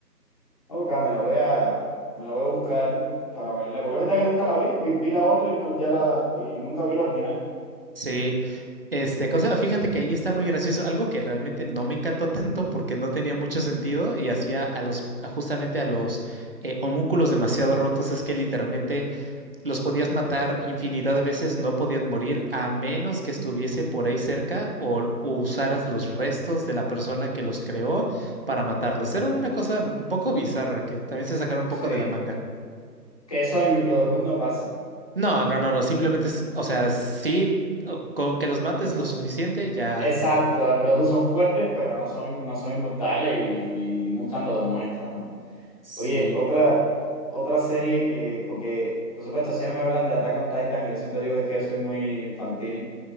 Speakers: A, on the left (about 20°); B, on the right (about 35°).
A: Ok, me la voy a, me la voy a buscar para verla, porque es verdad que nunca la vi, vi, vi la otra y, no, ya la, y nunca vi la original.
B: Sí, este, cosa, fíjate que ahí está muy gracioso, algo que realmente no me encantó tanto porque no tenía mucho sentido y hacía a los, a justamente a los eh, homúnculos demasiado rotos, es que literalmente los podías matar infinidad de veces, no podían morir a menos que estuviese por ahí cerca o, o usaras los restos de la persona que los creó para matarlos. Era una cosa un poco bizarra que también se sacaron un
A: Sí,
B: poco de la manga.
A: que eso en Brotherhood no pasa.
B: No, no, no, no, simplemente es, o sea, sí, o- con que los mates
A: En Bro-
B: lo
A: eh,
B: suficiente ya.
A: Exacto, en Brotherhood son fuertes, pero no son, no son inmortales y, y Mustang lo demuestra, ¿no?
B: Sí,
A: Oye, otra, otra serie que, porque por supuesto siempre me hablan de Attack on Titan y yo siempre digo que es que yo soy muy infantil.